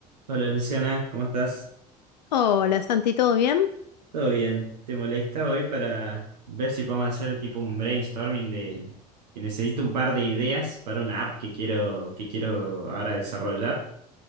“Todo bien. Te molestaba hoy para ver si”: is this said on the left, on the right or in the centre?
Right